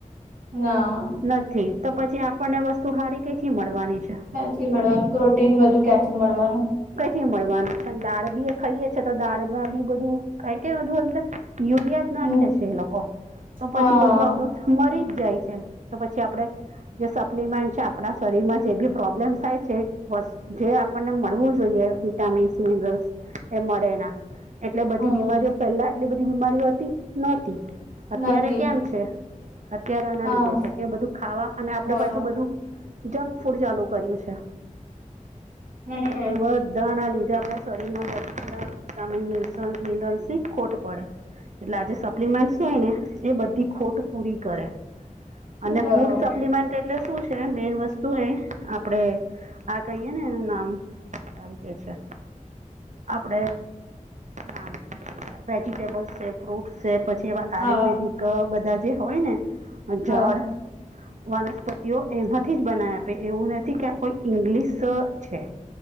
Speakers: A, on the right; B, on the right.
A: ના.
B: નથી તો પછી આપણને વસ્તુ સારી કઈથી મળવાની છે?
A: કેથી મળવાનું પ્રોટીન બધું કેથી મળવાનું.
B: કઈથી મળવાનું છે દાળ બી એ ખાઈએ છી તો દાળમાં બી બધું. ક કે બધું અર યુરિયા જ નાખે
A: હમ
B: છે એ લોકો તો
A: હા
B: પછી બધું આપડું. મરી જ જાય છે તો પછી આપણે જે સપ્લિમેન્ટ છે આપણા શરીરમાં જે બી પ્રોબ્લેમ થાય છે <inaudible> જે આપણને મળવું જોઈએ વિટામીન્સ મિનરલ્સ એ મળે ના. એટલે બધી
A: હમ
B: બીમારીઓ પહેલા આટલી બધી બીમારીઓ હતી, નહોતી. અત્યારે
A: નથી
B: કેમ છે અત્યારે આના
A: હા
B: લીધે છે કે બધું ખાવા અને આપડે
A: બરોબર
B: પાછું બધું જંક ફૂડ ચાલુ કર્યું છે.
A: હમ
B: એટલે બધા ના લીધે આપણા શરીરમાં <inaudible> વિટામીન <inaudible> મિલનસી ખોટ પડે એટલે આજે સ એપ્લિમેન્ટસ હોય ને એ બધી ખોટ પૂરી કરે. અને
A: બરોબર
B: ફૂડ સપ્લિમેન્ટ એટલે શું છે મેન વસ્તુ એ આપડે આ કહીએ ને એનું નામ હારુ કઈ છે. આપડે આ વેજીિટેબલ છે, ફ્રૂટ છે પછી એવા આયુર્વેદિક
A: હા
B: ક બધા જે હોય ને
A: હા
B: જડ વનસ્પતિઓ એમાંથી જ બનાવે આપે એવું નથી કે કોઈ ઇંગ્લિશ છે.